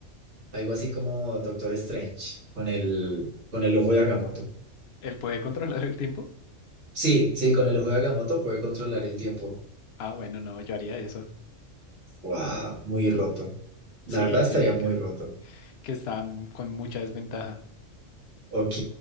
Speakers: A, on the right (about 60°); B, on the left (about 55°).
A: algo así como Doctor Strange con el, con el ojo de Agamotto.
B: ¿Él puede <laughs> controlar el tiempo?
A: Sí, sí, con el ojo de Agamotto puede controlar el tiempo.
B: Ah, bueno, no, yo haría eso.
A: Wow, muy roto. La
B: Sí,
A: verdad estaría
B: siento
A: muy
B: que,
A: roto.
B: que está m- con mucha desventaja.
A: Ok,